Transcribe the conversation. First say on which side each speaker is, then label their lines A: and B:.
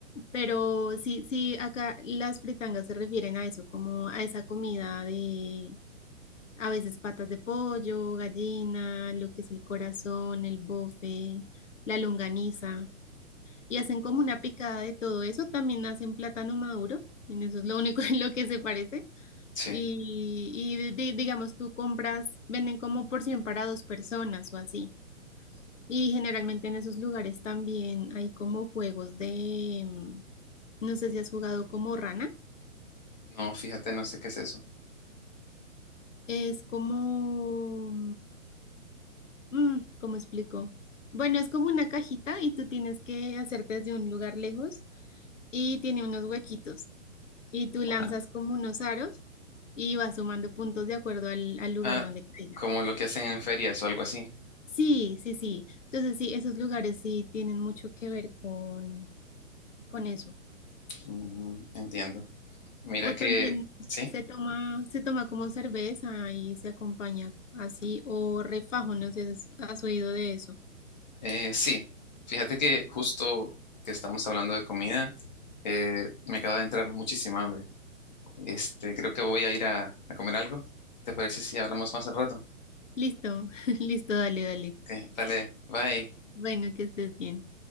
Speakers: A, on the left; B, on the left.
A: Pero sí, sí, acá las fritangas se refieren a eso, como a esa comida de a veces patas de pollo, gallina, lo que es el corazón, el bofe, la longaniza. Y hacen como una picada de todo eso. También hacen plátano maduro, en eso es lo único <laughs> en lo que se parece.
B: sí,
A: Y, y de- de- digamos, tú compras, venden como porción para dos personas o así. Y generalmente en esos lugares también hay como juegos de, mm, no sé si has jugado como rana.
B: no, fíjate, no sé qué es eso.
A: Es como, mm, ¿cómo explico? Bueno, es como una cajita y tú tienes que hacerte desde un lugar lejos y tiene unos huequitos y tú Ah, lanzas
B: Oh.
A: como unos aros y vas sumando puntos de acuerdo al, al lugar
B: Ah,
A: donde caiga.
B: como lo que hacen en ferias o algo así.
A: Sí, sí, sí. Entonces sí, esos lugares sí tienen mucho que ver con, con eso.
B: Mm, entiendo. Mira
A: O
B: que,
A: también
B: sí.
A: se toma, se toma como cerveza y se acompaña así o refajo, no sé si has has oído de eso.
B: Eh, sí, fíjate que justo que estamos hablando de comida, eh, me acaba de entrar muchísima hambre. Este, creo que voy a ir a, a comer algo. ¿Te parece si hablamos más al rato?
A: Listo, <laughs> listo, dale, dale.
B: Ok, dale, bye.
A: Bueno, que estés bien.